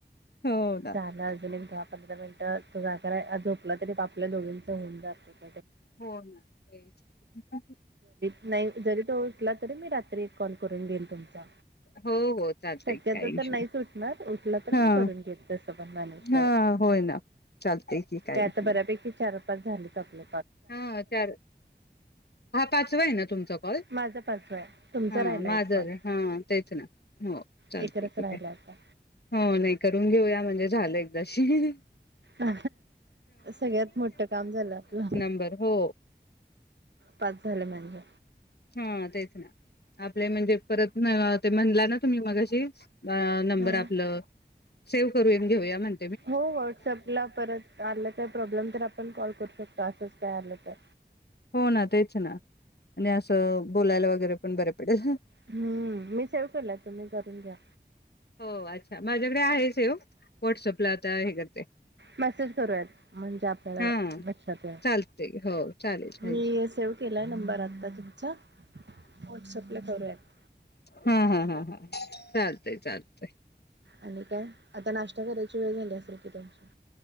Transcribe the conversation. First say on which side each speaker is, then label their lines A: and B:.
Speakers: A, on the left; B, on the right.
A: हो ना.
B: झालं अजून एक धा पंधरा मिनिट तो जा खराय आज झोपला तरी त आपल्या दोघींचं होऊन जातंय
A: हो ना तेच की
B: नाई जरी तो उठला तरी मी रात्री एक कॉल करून देईन तुमचा
A: हो हो चालतंय
B: शक्यतो
A: काही इशू
B: तर नाहीच
A: नाही.
B: उठणार उठला तर
A: हा
B: मी करून घेत तस पण मॅनेज करण
A: हा होय ना चालतंय की काही
B: ते आता
A: इशू
B: बऱ्यापैकी
A: नाही.
B: चार वा पाच झालित आपलं
A: हा चार हा पाचवाय हय न तूमचा काॅल
B: माझा पाचवा आहे तुमचा
A: ह‌्
B: राहिला
A: माझं
B: एक कॉल
A: ह‌् तेच ना हो चालतंय
B: एकत्रच
A: ठिकाय
B: राहिला आता
A: हो नई करून घेऊया म्हणजे झालं एक दशि ही ही
B: अ सगळ्यात मोठं काम झालं आपलं
A: बरं हो
B: पाच झालं म्हणजे
A: ह‌् तेच ना आपले म्हणजे परत ते म्हणला ना तुम्ही मगाशी आ नंबर
B: हम्म.
A: आपलं सेव करयुन घेऊया म्हण
B: हो व्हॉट्सअपला परत आलं का प्रॉब्लेम तर आपण कॉल करू शकतो असच तयारल तर
A: हो ना तेच ना आणि असं बोलायला वगैरे पण बरं पडेल.
B: हम्म मी सेव केला तुम्ही करून घ्या
A: हो अच्छा माझ्याकडे आहे सेव व्हॉट्सअपला आता हे कर
B: मेसेज करूयात म्हणजे आपल्याला
A: हा.
B: अ लक्षात
A: चालते हो चालेल
B: मी
A: हा
B: सेव केलाय नंबर आता तूमचा व्हाट्सअप ल करूयात
A: ह‌ ह‌ ह‌ हा चालतंय चालतय
B: आणि काय आता नाष्टा करायची वेळ झाली असेल की तुमची